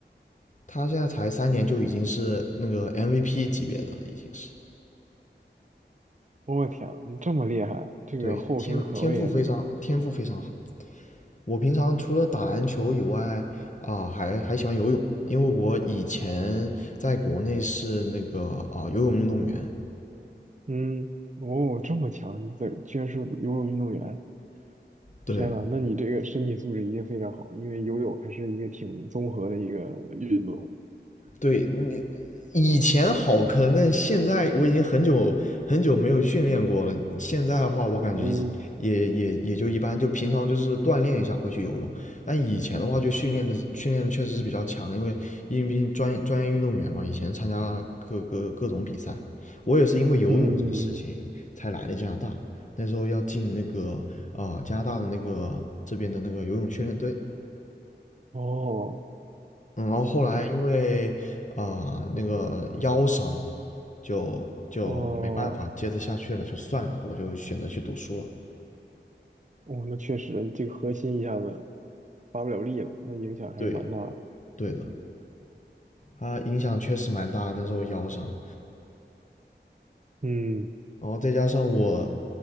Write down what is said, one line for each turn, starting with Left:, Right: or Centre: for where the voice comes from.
Left: 他现在才三年就已经是那个 MVP 级别的了，已经是
Right: 我天，这么厉害，这个后生可畏啊，
Left: 对天天赋非常天赋非常好。
Right: 简直。
Left: 我平常除了打篮球以外啊，还还喜欢游泳，因为我以前在国内是那个啊游泳运动员，
Right: 嗯，哦，这么强，这居然是游泳运动员。
Left: 对，
Right: 天呐，那你这个身体素质一定非常好，因为游泳还是一个挺综合的一个运动。
Left: 对你以前好坑，但现在我已经很久很久没有训练过了。现在的话，我感觉也也也就一般，
Right: 嗯
Left: 就平常就是锻炼一下会去游泳。但以前的话，就训练的训练的确实是比较强，因为因为专专业运动员嘛，以前参加各个各种比赛。我也是因为游泳这个事情才来的加拿大，
Right: 嗯，嗯
Left: 那时候要进那个啊、呃加拿大的那个这边的那个游泳训练队。
Right: 哦，
Left: 嗯，然后后来因为啊、
Right: 我天，
Left: 呃那个腰伤，就就没办法接着下去了，
Right: 哦。
Left: 就算了，我就选择去读书了。
Right: 哦，那确实，这个核心一下子发不了力了，那影响还是蛮大的。
Left: 对，对的，它影响确实蛮大，那时候腰伤，
Right: 嗯，
Left: 然后再加上我